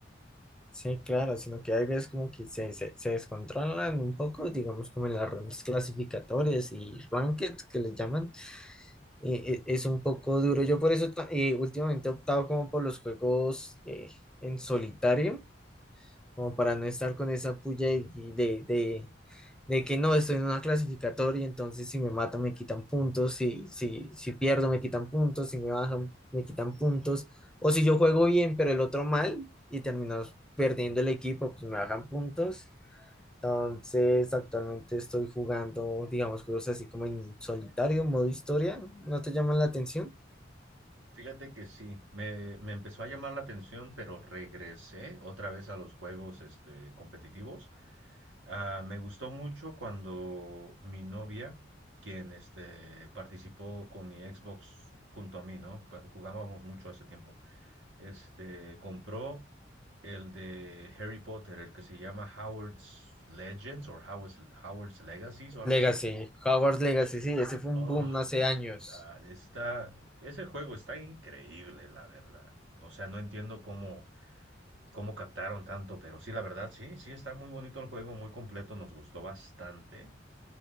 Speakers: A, in the centre; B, on the right.
A: Sí, claro, sino que hay veces como que se, se, se descontrolan un poco, digamos como en las rondas clasificatorias y rankings que le llaman, eh, eh, es un poco duro. Yo por eso ta- eh, últimamente he optado como por los juegos eh, en solitario, como para no estar con esa puya de, de, de, de que no estoy en una clasificatoria, entonces si me matan me quitan puntos, si, si, si pierdo me quitan puntos, si me bajan me quitan puntos, o si yo juego bien pero el otro mal y termino perdiendo el equipo, pues me bajan puntos. Entonces actualmente estoy jugando, digamos, juegos así como en solitario, modo historia, ¿no te llaman la atención?
B: Fíjate que sí, me, me empezó a llamar la atención, pero regresé otra vez a los juegos este, competitivos Ah, me gustó mucho cuando mi novia, quien este, participó con mi Xbox junto a mí, ¿no? Pa- Jugábamos mucho hace tiempo. Este, compró el de Harry Potter, el que se llama Howard's Legends o Howard's, Howard's Legacies o algo
A: Legacy,
B: así.
A: Hogwarts Legacy, sí, ese fue
B: Oh,
A: un boom hace años.
B: God, está, ese juego está increíble, la verdad. O sea, no entiendo cómo, cómo captaron tanto, pero sí, la verdad, sí, sí está muy bonito el juego, muy completo, nos gustó bastante.